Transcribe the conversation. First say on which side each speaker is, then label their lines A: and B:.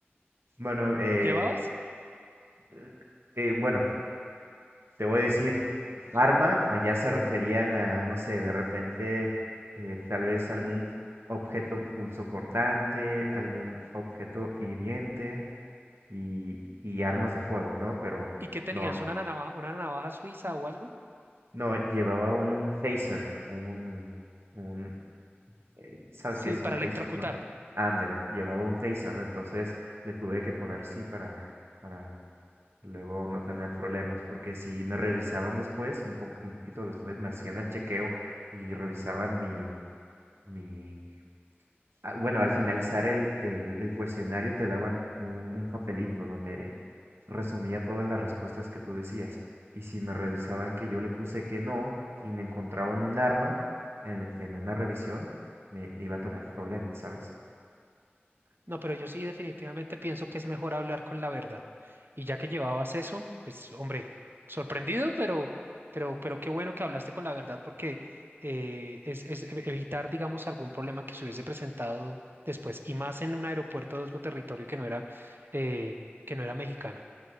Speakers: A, on the right; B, on the right.
A: Bueno, eh,
B: ¿Llevabas?
A: eh, eh, bueno, Te voy a decir, arma, allá se referían a, no sé, de repente, eh, tal vez algún objeto pulso cortante, algún objeto hiriente y, y armas de fuego, ¿no? Pero
B: ¿Y qué tenías?
A: no,
B: ¿Una navaja, una navaja suiza o algo?
A: no, llevaba un taser, un, un, eh, ¿sabes
B: Sí,
A: qué son
B: para
A: tasers,
B: electrocutar.
A: no? Ándale, llevaba un taser, entonces le tuve que poner sí para, para luego no tener problemas, porque si me revisaban después, un po- un poquito después me hacían el chequeo y revisaban mi, mi, ah, bueno, al finalizar el, el, el cuestionario te daban un, un papelito donde resumía todas las respuestas que tú decías. Y si me revisaban que yo le puse que no y me encontraban un arma en, en una revisión, me iba a tener problemas, ¿sabes?
B: No, pero yo sí definitivamente pienso que es mejor hablar con la verdad. Y ya que llevabas eso, pues hombre, sorprendido, pero, pero, pero qué bueno que hablaste con la verdad porque eh, es, es e- evitar, digamos, algún problema que se hubiese presentado después y más en un aeropuerto de otro territorio que no era, eh, que no era mexicano.